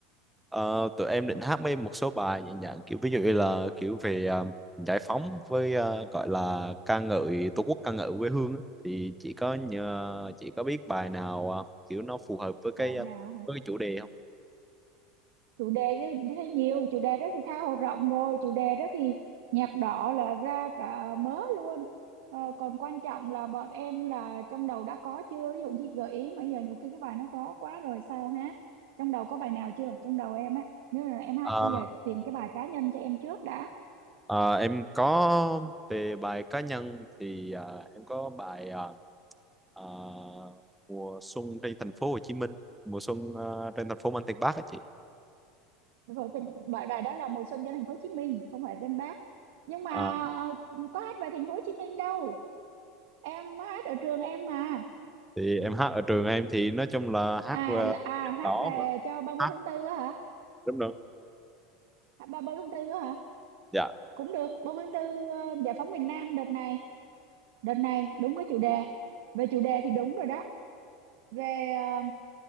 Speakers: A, in the centre; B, on the right.
A: Ờ, tụi em định hát mấy một số bài nhẹ nhàng kiểu ví dụ như là kiểu về ờ, giải phóng với ờ, gọi là ca ngợi tổ quốc ca ngợi quê hương á. thì chị có nhờ chị có biết bài nào ờ, kiểu nó phù hợp với cái
B: bài
A: ờ,
B: nào hả?
A: với cái chủ đề không?
B: chủ đề thì thấy nhiều chủ đề đó thì tha hồ rộng rồi chủ đề đó thì nhạc đỏ là ra cả mớ luôn ờ, còn quan trọng là bọn em là trong đầu đã có chưa ví dụ chị gợi ý mà giờ nhiều khi cái bài nó khó quá rồi sao hát trong đầu có bài nào chưa trong đầu em á nếu là em hát
A: Ờ,
B: bây giờ tìm cái bài cá nhân cho em trước đã
A: ờ, em có về bài cá nhân thì ờ, em có bài ờ, ờ, mùa xuân trên thành phố Hồ Chí Minh mùa xuân ờ, trên thành phố Mang Tiền Bắc á chị
B: rồi thì bài bài đó là mùa xuân cho thành phố Hồ Chí Minh không phải bên Bác nhưng mà
A: Ờ,
B: ờ, có hát về thành phố Hồ Chí Minh đâu em hát ở trường em mà
A: thì em hát ở trường em thì nói chung là hát
B: à
A: ờ,
B: là, à hát
A: đó
B: về
A: mà
B: cho 30
A: hát
B: tháng tư á hả
A: đúng rồi
B: À, ba- 30 tháng tư á hả?
A: dạ
B: Cũng được, 30 tháng tư ờ, giải phóng miền Nam đợt này, đợt này đúng cái chủ đề. Về chủ đề thì đúng rồi đó. Về ờ,